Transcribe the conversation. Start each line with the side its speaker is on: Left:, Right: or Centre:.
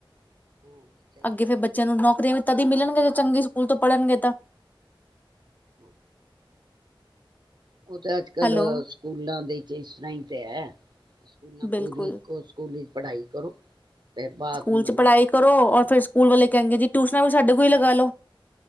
Right: ਹਾਂ ਸਹੀ
Left: ਅੱਗੇ ਫੇਰ
Right: ਕਹਿ
Left: ਬੱਚਿਆਂ
Right: ਰਹੇ
Left: ਨੂੰ ਨੌਕਰੀਆਂ ਵਿ ਕਦੀ ਮਿਲਣਗੇ ਜ ਚੰਗੇ ਸਕੂਲ ਤੋਂ ਪੜ੍ਹਨਗੇ ਤਾਂ।
Right: ਹੂੰ ਉਹ ਤਾਂ ਅੱਜ ਕੱਲ
Left: ਹੈਲੋ
Right: ਸਕੂਲਾਂ ਦੇ 'ਚ ਇਸ ਤਰ੍ਹਾਂ ਹੀ ਤੇ ਹੈ। ਸਕੂਲਾਂ
Left: ਬਿਲਕੁਲ
Right: ਪੂਰੀ ਇੱਕੋ ਸਕੂਲ ਹੀ ਪੜ੍ਹਾਈ ਕਰੋ। ਤੇ ਬਾਅਦ
Left: ਸਕੂਲ
Right: ਨੂੰ
Left: 'ਚ ਪੜ੍ਹਾਈ ਕਰੋ, ਔਰ
Right: ਹਾਂ
Left: ਫਿਰ ਸਕੂਲ ਵਾਲੇ ਕਹਿੰਗੇ, ਜੀ ਟਿਊਸ਼ਨਾ ਵੀ ਸਾਡੇ ਕੋਲ ਹੀ ਲਗਾ ਲੋ।